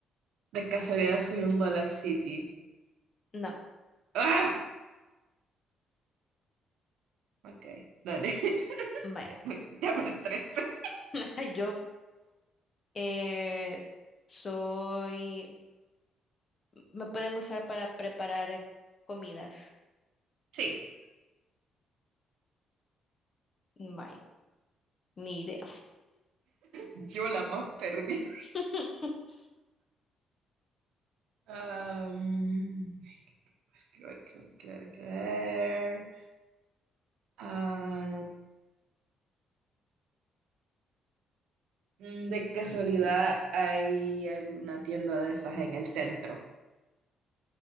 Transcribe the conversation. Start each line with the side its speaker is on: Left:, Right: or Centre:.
Right: De casualidad soy un Dollar City.
Left: <laughs> No.
Right: ¡Ah! Ok, dale. <laughs>
Left: Bueno,
Right: Ya me, ya me estresé.
Left: <laughs> yo eh, soy, me pueden usar para preparar comidas.
Right: Sí.
Left: Vaya, ni idea.
Right: Yo la más perdida.
Left: <laughs>
Right: Am, quiero ver, quiero ver, quiero ver, quiero ver. Am, mm, de casualidad hay alguna tienda de esas en el centro.